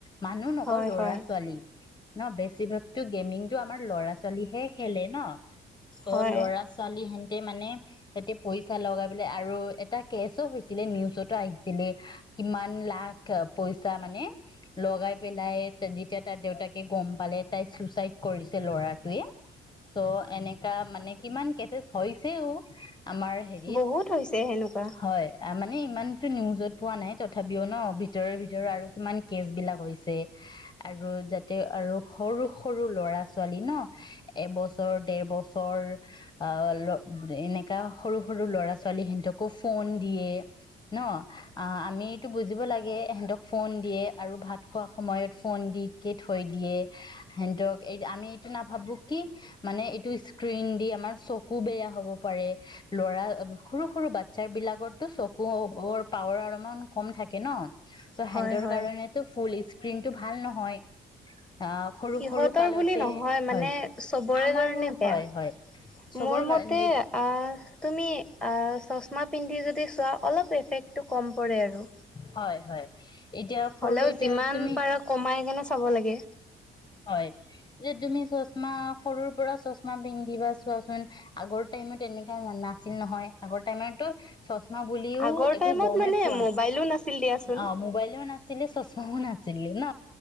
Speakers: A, on the left; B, in the centre.
A: মানুহ নকও,
B: হয়
A: ল'ৰা
B: হয়
A: ছোৱালী। ন, বেছিভাগতো গেমিংটো, আমাৰ ল'ৰা ছোৱালীহে খেলে ন? চব
B: হয়।
A: ল'ৰা ছোৱালী সেন তাতে মানে সিহঁতে পইচা লগাই পেলাই, আৰু এটা কেচোঁ হৈছিলে, নিউজতো আহিছিলে। কিমান লাখ পইচা মানে, লগাই পেলাই, যেতিয়া তাৰ দেউতাকে গম পালে তাই চুচাইড কৰিছে, ল'ৰাটোৱে। চ' এনেকা মানে, কিমান কেচছ হৈছেও। আমাৰ হেৰিত,
B: বহুত হৈছে সেনেকুৱা
A: হয় আমাৰ। মে ইমানতো নিউজত পোৱা নাই, তথাপিও ন, ভিতৰে ভিতৰে আৰু কিমান কেচ বিলাক হৈছে। আৰু আৰু সৰু সৰু ল'ৰা ছোৱালী ন, এবছৰ ডেৰ বছৰ, অ'হ ল, এনেকা সৰু সৰু ল'ৰা ছোৱালী সিহঁতকো ফোন দিয়ে, ন, অ, আমিতটো বুজিব লাগে, সিহঁতক ফোন দিয়ে, আৰু ভাত খোৱা সময়ত ফোন দি ক থৈ দিয়ে, সিহঁতক, এই আমি এইটো নাভাবোঁ কি মানে, এইটো স্ক্ৰীণ দি, আমাৰ চকু বেয়া হ'ব পাৰে। ল'ৰা, সৰু সৰু বাচ্ছা বিলাকৰতো চকুৰ পাৱাৰ অলমান কম থাকে ন। ত'
B: হয়
A: সিহঁতৰ
B: হয়।
A: কাৰণে তো ফুল স্ক্ৰীন স্ক্ৰীণ টো ভাল নহয় আহ সৰু
B: সিহঁতৰ
A: সৰু কালতে
B: বুলি নহয়, মানে
A: হয়
B: চবৰে
A: আমাৰো
B: কাৰণে বেয়া।
A: হয় হয় চবৰ
B: মোৰ মতে
A: কাৰণে
B: অ'হ, তুমি অ'হ চচমা পিন্ধি যদি চোৱা অলপ এফেক্টটো কম পৰে আৰু।
A: হয় হয়! এতিয়া
B: হ'লেও
A: সৰু এতিয়া
B: যিমান
A: তুমি
B: পাৰা কমাই কেনে চাব লাগে
A: হয় যে তুমি চচমা সৰুৰ পৰা চচমা পিন্ধিবা চোৱাচোন আগৰ টাইমত এনেকা নাছিল নহয় আগৰ টাইমতো চমা <unintelligible> চমা বুলিও
B: আগৰ
A: একো
B: টাইমত
A: গমেই
B: মানে
A: পোৱা
B: মোবাইলো নাছিল দিয়াচোন
A: অ মোবাইলেও নাছিলে চশমাও নাছিল <unintelligible> ন